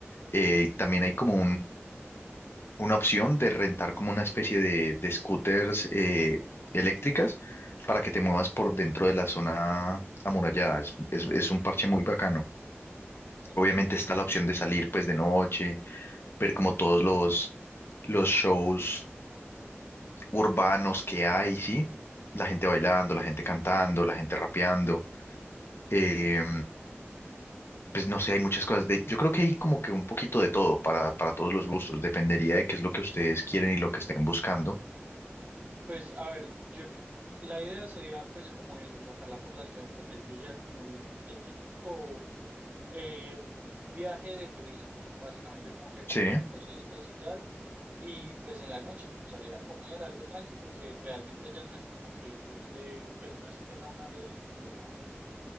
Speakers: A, on the left; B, on the right.
A: Eh, también hay como una opción de rentar como una especie de, de scooters eh, eléctricas
B: Ajá,
A: para que te muevas por dentro de la zona amurallada. Es, es- es un parche muy bacano.
B: ok.
A: Obviamente está la opción de salir pues de noche, ver como todos los, los shows urbanos que hay, ¿sí? La gente bailando, la gente cantando, la gente rapeando. eh, pues no sé, hay muchas cosas. De, yo creo que hay como que un poquito de todo para, para todos los gustos. Dependería de qué es lo que ustedes quieren y lo que estén buscando.
B: Pues a ver, yo cre- la idea sería pues como eso, sacarla por la ciudad en el día, como el, el típico eh, viaje de turismo, básicamente como que conozcan
A: Sí,
B: cositas y tal, y pues en la noche como salir a comer algo tranqui, porque realmente allá no es como que le guste, pues no es que tenga una vida nocturna muy